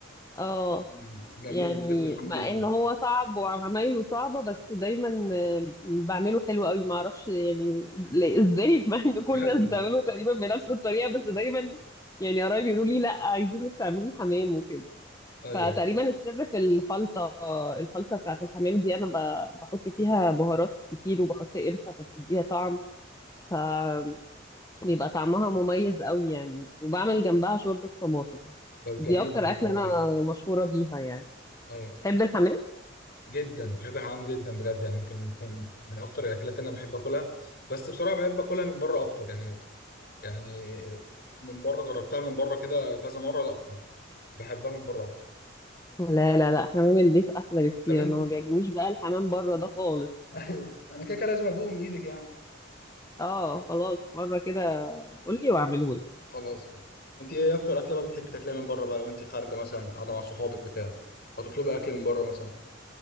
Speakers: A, on the left; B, on the left.
A: اه
B: مم، جميل
A: يعني
B: بحب الحمام
A: مع
B: جدا
A: ان هو صعب وعمايله صعبة بس دايما آه، بعمله حلو قوي ما اعرفش يعني ليه- ازاي <laughs> مع ان كل
B: <laughs> ايوه
A: الناس بتعمله تقريبا بنفس الطريقة بس دايما يعني قرايبي يقولوا لي لا عايزينك تعملي حمام وكده
B: ايوه
A: فتقريبا السر في الخلطة الخلطة بتاعت الحمام دي انا ب- بحط فيها بهارات كتير وبحط قرفة فبتديها طعم فبيبقى طعمها مميز قوي يعني وبعمل جنبها شوربة طماطم
B: طب
A: دي
B: جميل
A: اكتر
B: والله
A: اكلة
B: عظيم
A: انا مشهورة بيها يعني
B: ايوه
A: تحب الحمام
B: جدا بحب الحمام جدا بجد يعني يمكن يمكن من اكتر الاكلات اللي انا بحب اكلها بس بصراحه بحب اكلها من بره اكتر يعني يعني من بره جربتها من بره كده كذا مره لا بحبها من بره اكتر
A: لا لا لا حمام البيت احلى بكتير
B: طب انت
A: انا ما
B: <laughs>
A: بيعجبنيش بقى الحمام بره ده خالص
B: ايوه انا كده كده لازم ادوق من ايدك يعني
A: اه خلاص مره كده قول لي واعمله لك
B: خلاص انت ايه اكتر اكله بقى بتحبي تاكليها من بره بقى لو انت خارجه مثلا قاعده مع صحابك بتاع هتطلبي اكل من بره مثلا